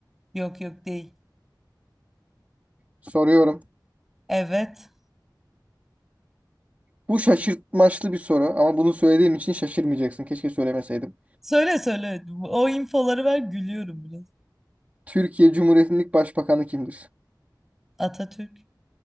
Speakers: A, in the centre; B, on the right.
A: Yok yok değil.
B: Soruyorum.
A: Evet.
B: Bu şaşırtmaçlı bir soru ama bunu söylediğim için şaşırmayacaksın. Keşke söylemeseydim.
A: Söyle söyle. O infoları ver gülüyorum biraz.
B: Türkiye Cumhuriyeti'nin ilk başbakanı kimdir?
A: Atatürk.